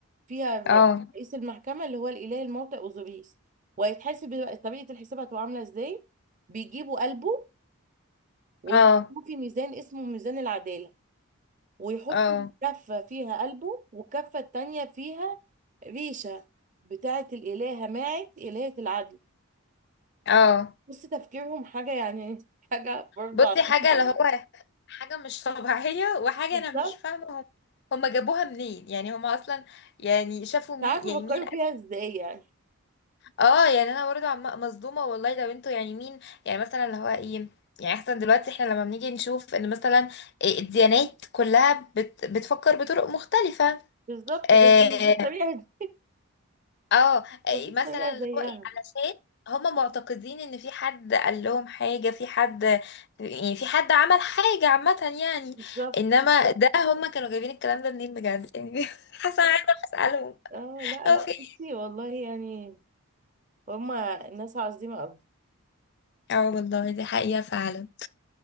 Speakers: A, on the right (about 35°); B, on the left (about 50°).
A: فيها ب-
B: اه
A: رئيس المحكمة اللي هو الإله الموتى أوزوريس وهيتحاسب بقى- طريقة الحساب هتبقى عاملة ازاي بيجيبوا قلبه ويحطوه
B: اه
A: في ميزان اسمه ميزان العدالة ويحط
B: اه
A: كفة فيها قلبه والكفة التانية فيها ريشة بتاعة الإلهة ماعت إلهة العدل
B: اه
A: بص تفكيرهم حاجة يعني <laughs> حاجة برضه
B: بصي
A: عظيمة
B: حاجة
A: أوي.
B: اللي هو حاجة مش طبيعية وحاجة
A: بالظبط
B: أنا مش فاهمة هم هم جابوها منين يعني هم أصلا يعني شافوا
A: مش
B: مين
A: عارفة
B: يعني
A: بفكروا
B: مين
A: فيها ازاي يعني
B: اه يعني أنا برضه عم- مصدومة والله ده بنته يعني مين يعني مثلا اللي هو ايه يعني احسن دلوقتي احنا لما بنيجي نشوف ان مثلا الديانات كلها بت بتفكر بطرق مختلفة
A: بالظبط
B: آه،
A: بس مش بالطريقة دي
B: اه إيه
A: مفيش
B: مثلا
A: طريقة
B: اللي
A: زيها
B: هو ايه علشان هما معتقدين ان في حد قال لهم حاجة في حد يعني في حد عمل حاجة عامة يعني
A: بالظبط
B: انما ده هما كانوا جايبين الكلام ده منين بجد يعني <laughs> حاسة أنا عايزة أروح اسألهم
A: اه لا
B: هو
A: لا
B: في إيه؟
A: بصي والله يعني هما الناس عظيمة قوي
B: اه والله دي حقيقة فعلا